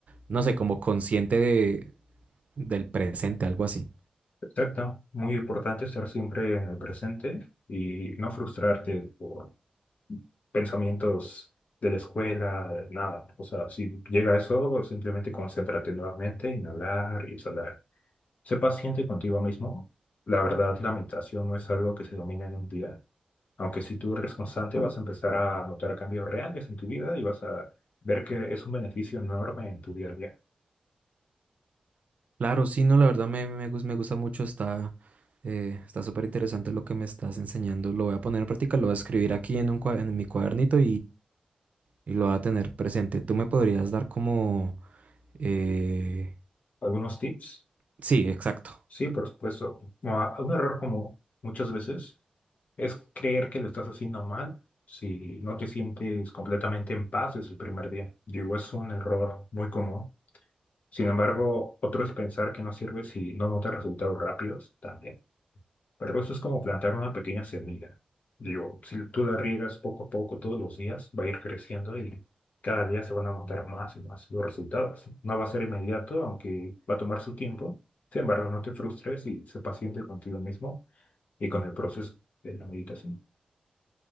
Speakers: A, on the right (about 60°); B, on the left (about 60°).
A: no sé, como consciente de, del presente, algo así.
B: Exacto. Muy importante estar siempre en el presente y no frustrarte por pensamientos de la escuela, de nada. O sea, si llega eso, simplemente concéntrate nuevamente, inhalar y exhalar. Sé paciente contigo mismo. La verdad, la meditación no es algo que se domina en un día. Aunque si tú eres constante, vas a empezar a notar cambios reales en tu vida y vas a ver que es un beneficio enorme en tu día a día.
A: Claro, sí, no, la verdad me, me, gus- me gusta mucho, está eh, está súper interesante lo que me estás enseñando, lo voy a poner en práctica, lo voy a escribir aquí en un, cua- en mi cuadernito y lo va a tener presente. ¿Tú me podrías dar como... eh,
B: ¿Algunos tips?
A: Sí, exacto.
B: Sí, por supuesto. Ah, Un error como muchas veces es creer que lo estás haciendo mal si no te sientes completamente en paz desde el primer día. Digo, es un error muy común. Sin embargo, otro es pensar que no sirve si no notas resultados rápidos también. Pero eso es como plantar una pequeña semilla. Digo, si tú la riegas poco a poco todos los días, va a ir creciendo y cada día se van a notar más y más los resultados. No va a ser inmediato, aunque va a tomar su tiempo. Sin embargo, no te frustres y sé paciente contigo mismo y con el proceso de la meditación.